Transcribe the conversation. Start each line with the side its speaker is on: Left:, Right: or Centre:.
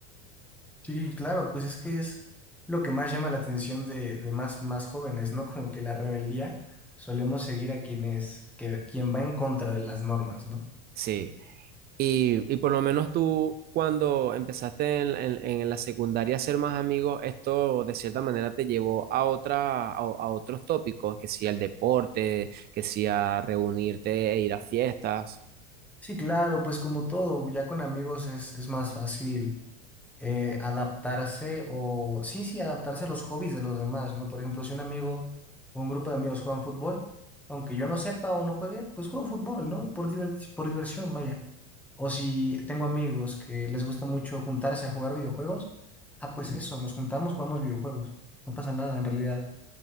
Centre: Sí, claro, pues es que es lo que más llama la atención de, de más, más jóvenes, ¿no? Como que la rebeldía solemos seguir a quien es, que, quien va en contra de las normas, ¿no?
Right: Sí. Y, y por lo menos tú, cuando empezaste en, en- en la secundaria a ser más amigos, esto de cierta manera te llevó a otra, a, a otros tópicos, que si al deporte, que si a reunirte e ir a fiestas.
Centre: Sí, claro, pues como todo, ya con amigos es, es más fácil eh, adaptarse o, sí, sí, adaptarse a los hobbies de los demás, ¿no? Por ejemplo, si un amigo o un grupo de amigos juegan fútbol, aunque yo no sepa o no juegue, pues juego fútbol, ¿no? Por diverti- por diversión, vaya. O si tengo amigos que les gusta mucho juntarse a jugar videojuegos, ah, pues eso, nos juntamos, jugamos videojuegos. No pasa nada, en realidad.